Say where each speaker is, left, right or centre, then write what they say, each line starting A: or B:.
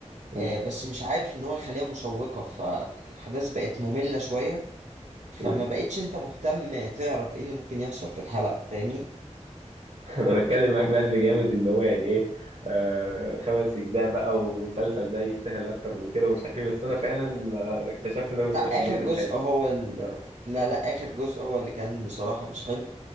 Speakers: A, on the right; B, on the right.
A: مم.
B: آه، بس مش عارف إن هو يخليها مشوقة فالأحداث بقت مملة شوية فما
A: مم.
B: بقتش أنت مهتم تعرف إيه اللي ممكن يحصل في الحلقة فاهمني؟
A: <laughs> انا بتكلم معاك بقلب جامد ان هو يعني ايه آه خمس اجزاء بقى ومسلسل ده يستاهل اكتر من كده ومش عارف ايه بس انا فعلا آه، اكتشفت ان انا ما سمعتش
B: لا آخر
A: الجزء
B: جزء
A: الخامس
B: هو ال...
A: اه
B: لا لا آخر جزء هو اللي كان بصراحة مش حلو